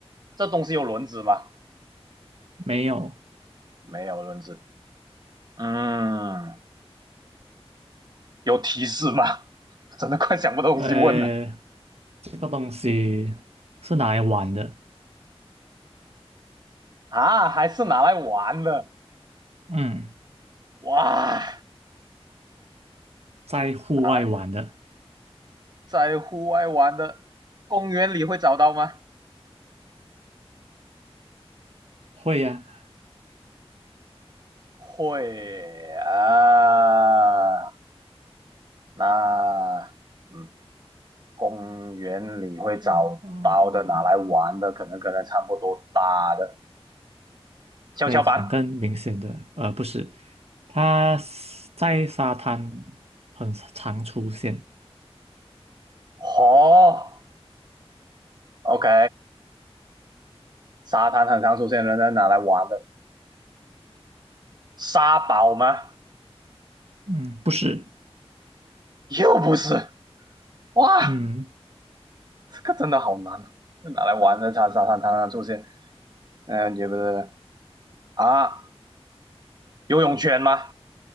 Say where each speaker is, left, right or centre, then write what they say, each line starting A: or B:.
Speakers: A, on the right; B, on the right.
A: 这东西有轮子吗？
B: 没有，
A: 没有轮子。嗯，有提示吗？<laughs> 真的快想不到东西问了
B: 呃，这个东西是拿来玩的，
A: 啊！还是拿来玩的
B: 嗯，
A: 哇？
B: 在户外玩的，
A: 拿来在户外玩的，公园里会找到吗？
B: 会呀、
A: 会啊，那嗯，公园里会找到的，
B: 啊。哦哦，
A: 拿来玩的，可能跟它差不多大的跷跷板。
B: 可以讲更明显的，呃，不是，它是在沙滩很常出现。
A: 哦，OK，沙滩很常出现，的，拿来玩的。沙堡吗？
B: 嗯，不是，
A: 又不是哇。
B: 嗯，
A: 这个真的好难啊，拿来玩的沙沙滩滩上出现，嗯、也不是啊，游泳圈吗？